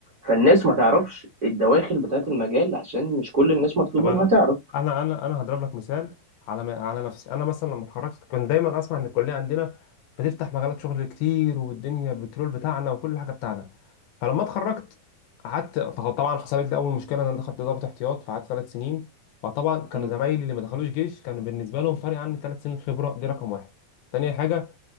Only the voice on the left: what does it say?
طب
انا
انا انا انا هضرب لك مثال على ما- على نفسي انا مثلا لما اتخرجت كنت دايما اسمع ان الكليه عندنا بتفتح مجالات شغل كتير والدنيا بترول بتاعنا وكل حاجه بتاعنا فلما اتخرجت قعدت طه- طبعا حصلت لي اول مشكله ان انا دخلت ضابط احتياط فقعدت ثلاث سنين فطبعا كانوا
زمايلي اللي ما دخلوش جيش كان بالنسبه لهم فرق عني ثلاث سنين خبره دي رقم واحد تاني حاجه